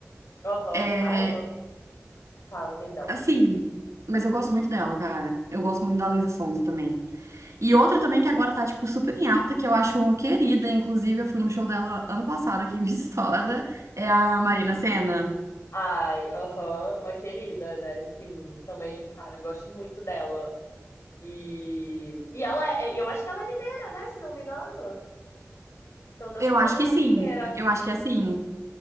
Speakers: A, on the left; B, on the right.
A: Aham.
B: É,
A: Cara, mano. Fala, perdão.
B: Assim, mas eu gosto muito dela, cara. Eu gosto muito da Luísa Sonza também. E outra também que agora tá, tipo, super em alta, que eu acho uma querida, inclusive eu fui no show dela ano passado aqui em <laughs> Viçosa, é a Marina Sena.
A: Ai, aham. Uma querida, né? Sim. Também, cara, eu gosto muito dela. E, e ela é, eu acho que ela é mineira, né? Se não me engano. Se eu não
B: Eu
A: me engano,
B: acho que
A: ela
B: sim.
A: é mineira.
B: Eu acho que é assim.